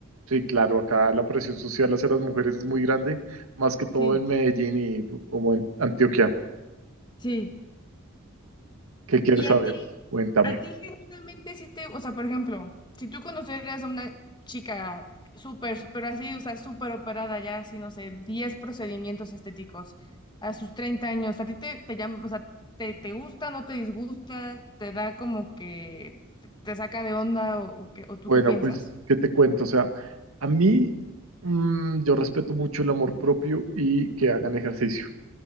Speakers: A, on the right; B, on the left.
A: Sí, claro, acá la presión social hacia las mujeres es muy grande, más que todo
B: Sí,
A: en Medellín y como en Antioquia.
B: sí.
A: ¿Qué quieres
B: ¿Y a
A: saber?
B: ti?
A: Cuéntame.
B: A ti genuinamente sí te, o sea, por ejemplo, si tú conocieras a una chica súper, súper así, o sea, súper operada ya, así, no sé, 10 procedimientos estéticos a sus 30 años, ¿a ti te, te llama, o sea, te, te gusta, no te disgusta, te da como que te, te saca de onda o, o, qué- o tú
A: Bueno,
B: qué piensas?
A: pues, ¿qué te cuento? O sea, a mí mm, yo respeto mucho el amor propio y que hagan ejercicio.